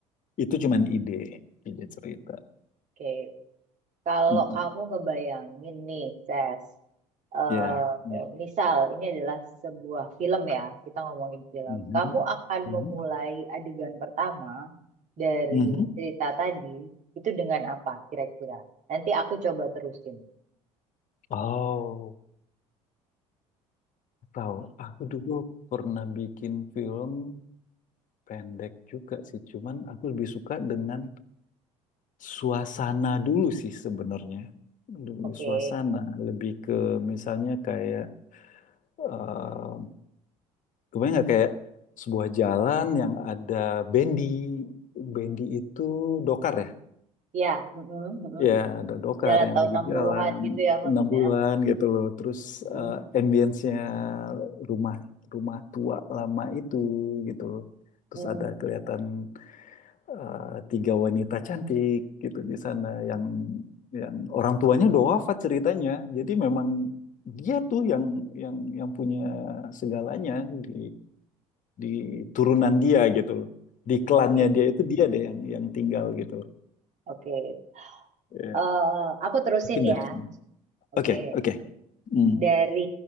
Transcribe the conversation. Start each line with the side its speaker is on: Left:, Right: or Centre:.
Left: itu cuman ide ide cerita
Right: Oke. Kalau
Left: Mm-mm.
Right: kamu ngebayangin nih, Ses, eh
Left: ya ya
Right: misal ini adalah sebuah film ya, kita ngomongin film.
Left: Mhm.
Right: Kamu akan
Left: Mhm.
Right: memulai adegan pertama dari
Left: Mhm.
Right: cerita tadi itu dengan apa kira-kira? Nanti aku coba terusin.
Left: oh tahu aku dulu pernah bikin film Pendek juga sih, cuman aku lebih suka dengan suasana dulu sih sebenarnya. Lebih
Right: Oke.
Left: suasana, lebih ke misalnya kayak, eh kebayang nggak kayak sebuah jalan yang ada bendi, bendi itu dokar ya?
Right: Ya, mm-mm, mm-mm.
Left: Ya, ada dokar
Right: Jalan
Left: yang
Right: tahun
Left: lagi
Right: 60-an
Left: jalan
Right: gitu ya maksudnya.
Left: 60-an gitu loh. Terus
Right: Mm-mm,
Left: eh ambience-nya rumah rumah tua lama itu gitu loh. Terus
Right: mm-mm.
Left: ada kelihatan eh, tiga wanita cantik gitu di sana yang yang orang tuanya udah wafat ceritanya. Jadi memang dia tuh yang yang yang punya segalanya di di turunan dia gitu loh. Di klannya
Right: Oke,
Left: dia itu dia deh yang yang tinggal gitu loh.
Right: oke.
Left: Ya,
Right: Eh, aku terusin
Left: mungkin dari
Right: ya.
Left: sini.
Right: Oke.
Left: Oke, oke. Hmm.
Right: dari